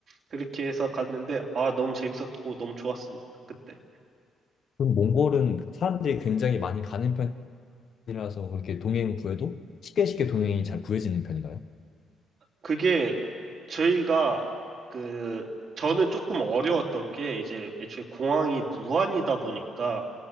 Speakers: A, on the right; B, on the left.
A: 그렇게 해서 갔는데 아, 너무 재밌었고 너무 좋았습니다. 그때.
B: 그럼 몽골은 사람들이 굉장히 많이 가는 편이라서 그렇게 동행 구해도 쉽게 쉽게 동행이 잘 구해지는 편인가요?
A: 그게 저희가 그 저는 조금 어려웠던 게 이제 애초에 공항이 무안이다 보니까